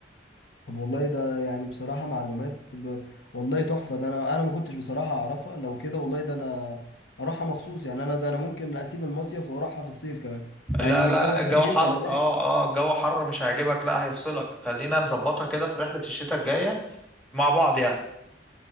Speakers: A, on the left; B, in the centre.
A: طب والله ده يعني بصراحة معلومات ب... والله تحفة ده انا انا ما كنتش بصراحة اعرفها لو كده والله ده انا اروحها مخصوص يعني انا ده انا ممكن اسيب المصيف واروحها في الصيف كمان مع
B: لا
A: ان
B: لا
A: الجو
B: الجو
A: حر
B: حر
A: جدا هناك
B: اه اه الجو حر مش هيعجبك لا هيفصلك خلينا نظبطها كده في رحلة الشتاء الجاية مع بعض يعني